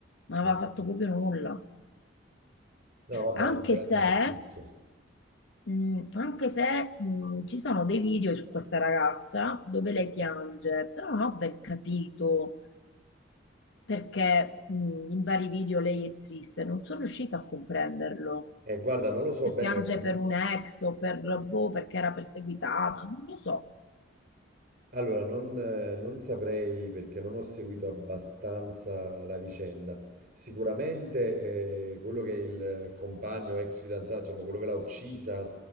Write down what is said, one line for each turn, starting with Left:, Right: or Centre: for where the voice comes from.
Left: non aveva
Right: eh, sì.
Left: fatto proprio nulla.
Right: No, vabbè,
Left: Anche
Right: grande
Left: se,
Right: giustizia.
Left: mh, anche se mh, ci sono dei video su questa ragazza dove lei piange, però non ho ben capito perché mh, in vari video lei è triste, non sono riuscita a comprenderlo.
Right: Eh, guarda, non lo so
Left: se
Right: bene
Left: piange
Right: perché...
Left: per un ex o per, boh, perché era perseguitata, non lo so.
Right: Allora, non, eh, non saprei perché non ho seguito abbastanza la vicenda. Sicuramente eh, quello che è il compagno, ex fidanzato, diciamo quello che l'ha uccisa,